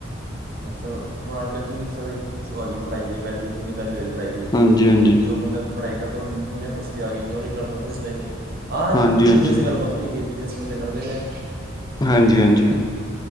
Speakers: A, on the right (about 50°); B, on the left (about 20°).
A: ਅੱਛਾ ਹੁਣ ਅੱਜ ਕੱਲ ਕਿੰਨੀ ਸਾਰੀ ਹੋ ਆਈ ਪੜ੍ਹਾਈ ਦੀ ਵੈਲਿਊ ਕਿੰਨੀ ਵੈਲਊ ਹੈਗੀ। ਪੜਾਈ ਦੀ
B: ਹਾਂਜੀ ਹਾਂਜੀ
A: ਜੋ ਬੰਦਾ ਪੜਾਈ ਕਰਦਾ ਉਹਨੂੰ ਦੁਨੀਆਂ ਪੁੱਛਦੀ ਆ ਗਈ ਜੋ ਨਹੀਂ ਕਰਦਾ ਉਹਨੂੰ ਪੁੱਛਦਾ ਨਹੀਂ। ਹਾਂ ਜੋ
B: ਹਾਂਜੀ ਹਾਂਜੀ
A: ਬਿਜਨਸ ਦੀ ਗੱਲ ਵੱਖਰੀ ਹੈਗੀ ਬਿਜਨਸ ਬੰਦੇ ਕਰਦੇ ਨੇ।
B: ਹਾਂਜੀ, ਹਾਂਜੀ।